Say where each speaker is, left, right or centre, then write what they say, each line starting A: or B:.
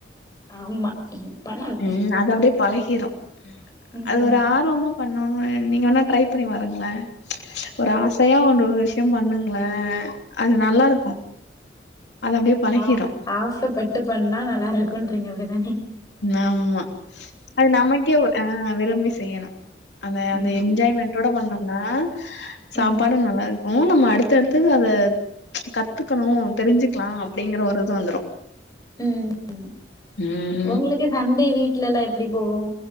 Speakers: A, on the left; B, on the left.
A: ஆமா பண்ணணு
B: உம் அது அப்டியே பழகிறோ
A: ம்
B: அது ஒரு ஆர்வமா பண் நீங்க வேனா ட்ரை பண்ணி பாருங்களே ஒரு ஆசையா ஒண்ணு விஷயம் பண்ணுங்களே அது நல்லா இருக்கு அது அப்டியே பழகிரு
A: ஆஹ் ஆசைப்பட்டு பண்ணா நல்லா இருக்குன்றீங்க அப்டி தானே
B: ஆம்மா அது நமக்கே ஒரு ஆஹ் விரும்பி செய்யணு அந்த
A: ம்
B: அந்த என்ஜாய்மெண்ட் டோட பண்ணோம்னா சாப்பாடும்
A: ம்
B: நல்லா இருக் கு நம்ம அடுத்தடுத்தது அத கத்துக்கணு தெரிஞ்சுக்கலா அப்பிடிங்கற ஒரு இது வந்துரு
A: ம் ம்
B: ம்
A: உங்களுக்கு சண்டே வீட்டுல எல்லா எப்டி போகு